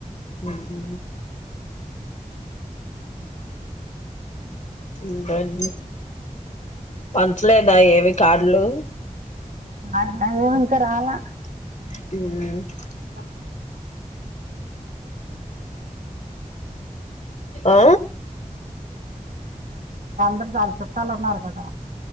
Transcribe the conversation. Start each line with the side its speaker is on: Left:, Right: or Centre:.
Left: ఉహ్ హు
Right: ఉహ్మ్
Left: ఉండండి పంచలేదా ఏవి కార్డ్లు
Right: మైబాదు ఇంకా రాలా
Left: <unintelligible>
Right: <inaudible> <unintelligible>
Left: ఆ
Right: పెట్టాలన్నారు కదా